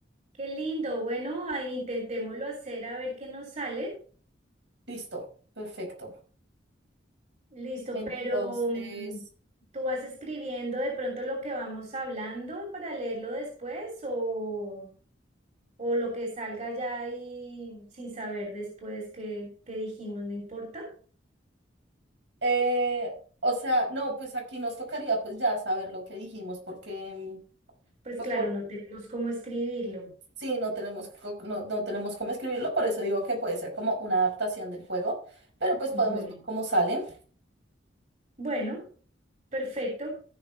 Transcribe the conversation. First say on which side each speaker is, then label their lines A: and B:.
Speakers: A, on the right (about 40°); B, on the right (about 75°).
A: Qué lindo. Bueno, ahí intentémoslo hacer a ver qué nos sale.
B: Listo, perfecto.
A: Listo,
B: Entonces,
A: pero mm, ¿tú vas escribiendo de pronto lo que vamos hablando para leerlo después o, o lo que salga ya y sin saber después qué, qué dijimos, no importa?
B: eh, o sea, no, pues aquí nos tocaría pues ya saber lo que dijimos, porque mm,
A: Pues
B: pues
A: claro,
B: por
A: no tenemos cómo escribirlo.
B: sí, no tenemos co- no, no tenemos cómo escribirlo, por eso digo que puede ser como una adaptación del juego, pero pues
A: Bueno,
B: podemos ver cómo sale.
A: bueno, perfecto.